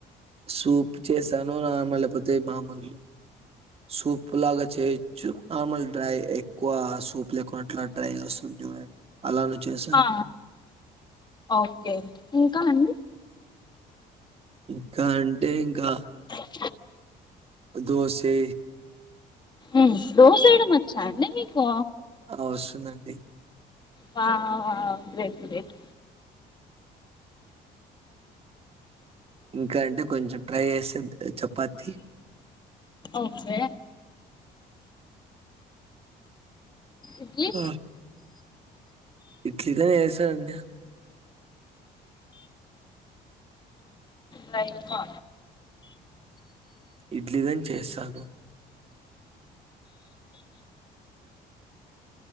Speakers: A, on the right (about 35°); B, on the left (about 25°).
A: సూప్ చేసా నమల్ లేకపోతే మామూలు సూప్ లాగా చేయొచ్చు మామల్ డ్రై ఎక్కువ సూప్ లేకున్నట్లా డ్రై వస్తుంది చూడండి అలాను చేసా
B: ఆ ఓకే ఇంకా అండి
A: ఇంకా అంటే ఇంకా
B: ఆ
A: ఆ దోసే
B: ఉమ్ దోసెయ్యడం వచ్చాన్డ్ మీకు
A: హ వస్తుందన్డి
B: వాహ్ వాహ్ గ్రేట్ గ్రేట్
A: ఇంకా అంటే కొంచెం ట్రై చేసేద్ చపాతి
B: ఓకే ఇడ్లీ
A: ఉమ్ ఉహుమ్ ఇడ్లి ద్ యేసేదండి
B: లైఫా
A: ఇడ్లీదెనన్ చేస్తాను